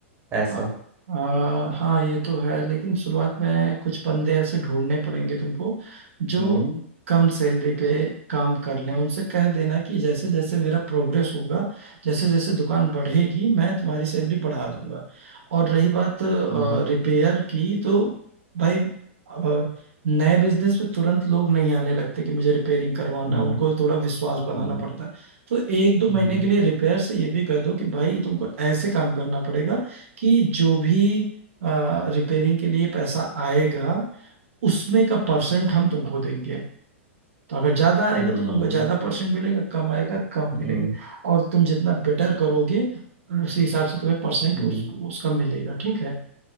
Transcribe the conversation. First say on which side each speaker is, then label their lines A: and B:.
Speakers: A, on the right (about 30°); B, on the right (about 75°).
A: ऐसा
B: आ, आ, हाँ ये तो है लेकिन शुरुआत में कुछ बंदे ऐसे ढूंढने पड़ेंगे तुमको जो
A: हम्म
B: कम सैलरी पे काम कर लें उनसे कह देना कि जैसे जैसे मेरा प्रोग्रेस होगा जैसे जैसे दुकान बढ़ेगी मैं तुम्हारी सैलरी बढ़ा दूंगा और रही बात
A: हम्म
B: रिपेयर की तो भाई आ, नए बिजनेस में तुरंत लोग नहीं आने लगते कि मुझे रिपेयरिंग करवाना
A: हम्म
B: है, उनको थोड़ा विश्वास बनाना
A: हम्म
B: पड़ता है तो एक दो महीने
A: हम्म
B: के लिए रिपेयर से ये भी कह दो कि भाई तुमको ऐसे काम करना पड़ेगा कि जो भी रिपेयरिंग के लिए पैसा आएगा उसमें का परसेंट हम तुमको देंगे तो अगर ज्यादा आएगा
A: हम्म
B: तो तुमको ज्यादा परसेंट मिलेगा कम आएगा कम मिलेगा
A: हम्म,
B: और तुम जितना बेटर करोगे उसी हिसाब से तुम्हें परसेंट
A: हम्म,
B: उस, उसका मिलेगा ठीक है